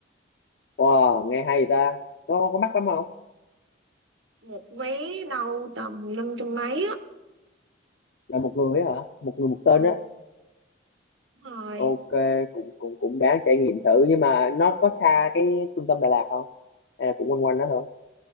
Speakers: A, on the left; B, on the right.
A: Wow, nghe hay ta. Có có mắc lắm không?
B: một vé đâu tầm năm trăm mấy á
A: Là một người ấy hả? Một người một tên
B: ừ
A: á.
B: đúng rồi
A: ok cũng cũng cũng đáng trải nghiệm thử nhưng mà nó có xa cái trung tâm Đà Lạt không hay là cũng quanh quanh đó thôi